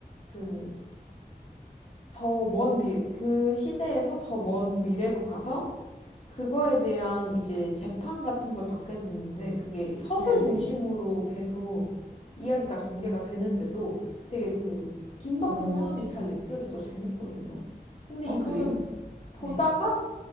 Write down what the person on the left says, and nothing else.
그 더 먼 미, 그 시대에서 더 먼 미래로 가서 그거에 대한 이제 재판 같은 걸 받게 됐는데 그게
서술
중심으로 계속 이야기가 전개가 되는데도 되게 그 긴박한
상황이 잘 느껴져서 재밌거든요. 근데
이거를
보-
보다가